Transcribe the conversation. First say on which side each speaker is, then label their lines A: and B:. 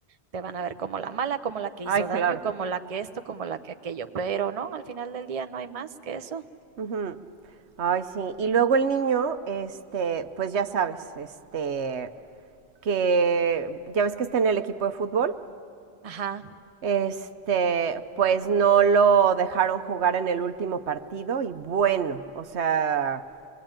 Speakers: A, on the right; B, on the right.
A: te van a ver como la mala, como la que
B: Ay,
A: hizo daño,
B: claro.
A: como la que esto, como la que aquello. Pero no, al final del día no hay más que eso.
B: Ujú. Ay, sí. Y luego el niño, este, pues ya sabes, este, que ya ves que está en el equipo de fútbol,
A: Ajá. <laughs>
B: este, pues no lo dejaron jugar en el último partido y bueno, o sea,